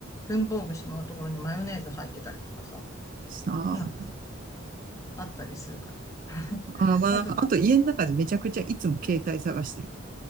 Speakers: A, on the left (about 15°); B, on the right (about 40°).
A: 文房具しまうところにマヨネーズ入ってたりとかさ、
B: さあ、
A: なんかあったりするかな。<laughs>
B: あー、まあなんか、
A: あと
B: あと家の中でめちゃくちゃいつも携帯探してる。